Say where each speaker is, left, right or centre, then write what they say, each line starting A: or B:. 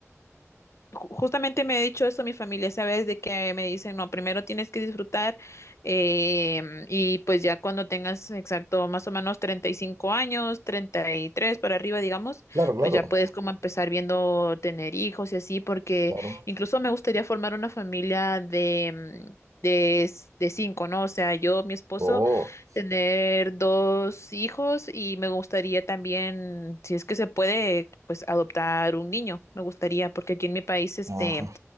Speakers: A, on the left; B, on the right.
A: ju- Justamente me ha dicho eso mi familia, ¿sabes? De que me dicen, no, primero tienes que disfrutar em, y pues ya cuando tengas exacto más o menos 35 años, 33 para arriba, digamos,
B: Claro, claro,
A: pues ya puedes como empezar viendo tener hijos y así, porque
B: claro.
A: incluso me gustaría formar una familia de, mm, de, s- de cinco, ¿no? O sea, yo, mi esposo
B: Oh,
A: tener dos hijos y me gustaría también, si es que se puede, pues adoptar un niño. Me gustaría, porque aquí en mi país, este,
B: ajá.